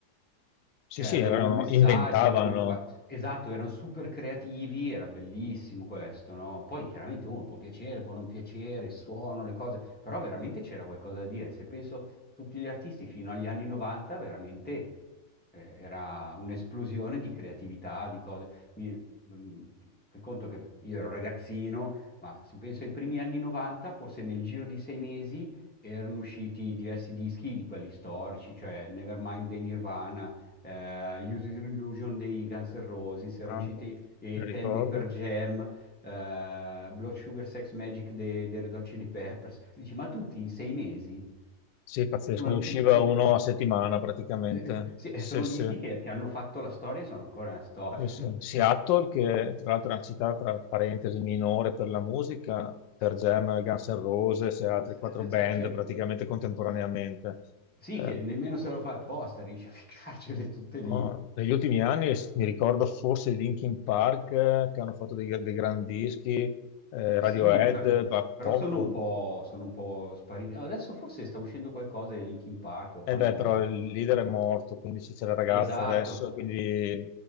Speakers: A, on the left; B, in the centre.
A: Sì,
B: cioè,
A: sì,
B: avevano
A: erano,
B: un messaggio,
A: inventavano.
B: avevano qua... Esatto, erano super creativi, era bellissimo questo, no? Poi chiaramente uno può piacere, può non piacere, il suono, le cose, però veramente c'era qualcosa da dire. Se penso a tutti gli artisti fino agli anni 90, veramente eh, era un'esplosione di creatività, di cose. Mi... mh, fai conto che io ero ragazzino, ma se penso ai primi anni 90, forse nel giro di sei mesi erano usciti diversi dischi di quelli storici, cioè Nevermind dei Nirvana eh, Use Your Illusion dei Guns N' Roses, erano
A: Ah,
B: usciti eh,
A: mi ricordo.
B: Ten Day per Jam, eh, Blood Sugar Sex Magic dei dei Red Hot Chili Peppers. E Dici, ma tutti in sei mesi?
A: Sì, pazzesco,
B: E sono,
A: ne
B: dis-
A: usciva
B: e-
A: uno
B: e-
A: a settimana praticamente.
B: e- sì, e
A: Sì,
B: sono
A: sì,
B: dischi che, che hanno fatto la storia e sono ancora nella storia,
A: sì, sì.
B: no?
A: Seattle, che tra l'altro è una città tra parentesi minore per la musica, per Jam, Guns N' Roses e altri quattro
B: Eh,
A: band
B: eh, cioè,
A: praticamente contemporaneamente.
B: Sì,
A: Eh,
B: che nemmeno se lo fa apposta, riesce a ficcarcele tutte lì.
A: no, negli ultimi anni s- mi ricordo forse i Linkin Park eh, che hanno fatto dei, dei grandi dischi, eh,
B: Sì,
A: Radiohead,
B: per-
A: ma
B: però
A: poco,
B: sono un po', sono un po' spariti. Adesso forse sta uscendo qualcosa di Linkin Park, o
A: Eh
B: fanno,
A: beh, però il leader è morto, quindi ci c'è la ragazza
B: Esatto,
A: adesso, quindi